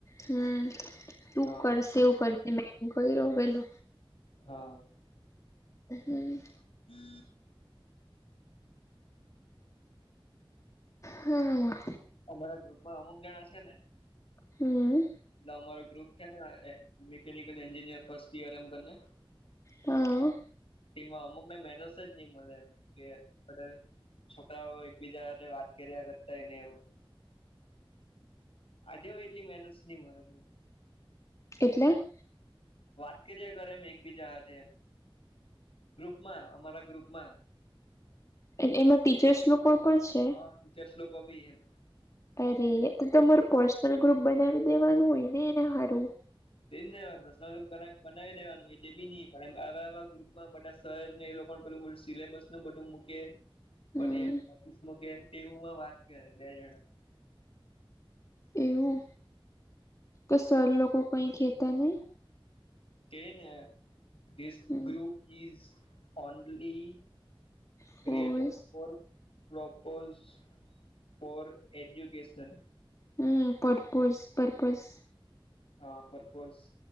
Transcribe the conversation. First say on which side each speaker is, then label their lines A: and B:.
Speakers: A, on the left; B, on the left.
A: હમ્મ તું
B: હા
A: કરશે એવું કરશે મેં કઈરો વેલો
B: હા.
A: હમ્મ
B: હમ.
A: હા લા
B: અમારા ગ્રુપમાં અમુક જણા છે ને.
A: હમ્મ
B: એટલે અમારો ગ્રુપ છે ને એ મિકનિકલ એન્જિનિયર ફર્સ્ટ ઈયર એમ કરીને.
A: હા.
B: તેમાં અમુક મે મેનસ જ નહી મળે એમ કે <unintelligible> છોકરાઓ એકબીજા સાથે વાત કર્યા કરતાય ને એવું. આજે હવે એટલી મહેનસ નહી મલે બોલ
A: એટલે?
B: વાત કર્યા કરે ન એક બીજા સાથે એમ ગ્રુપમાં અમારા ગ્રુપમાં
A: એટલે એમાં ટીચર્સ લોકો પણ છે?
B: હા ટીચર્સ લોકો બી એમ
A: અરે તો તમારું પર્સનલ ગ્રુપ બનાવી દેવાનું હોય ને એને હારું
B: તે જ ને પર્સનલ બનાય બનાવી દેવાનું તે બી નઈ પણ આવાવા ગ્રુપમાં બધા સર ને એ લોકો પેલું પેલું સિલેબસ નું બધું મૂકે.
A: હમ
B: બધી ઓફિસ માં કે ટીવુંમાં વાત કરે, બે જણા
A: એવું તો સર લોકો કઈ કેતા નહી
B: ક્હે ન this
A: hmm
B: group is only
A: force
B: creative for propose for education
A: hmm propose purpose
B: હા પ્રપોઝ